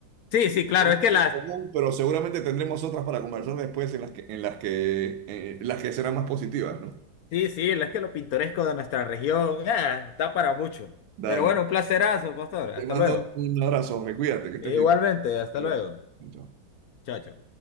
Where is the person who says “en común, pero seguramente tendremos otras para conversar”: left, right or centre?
Right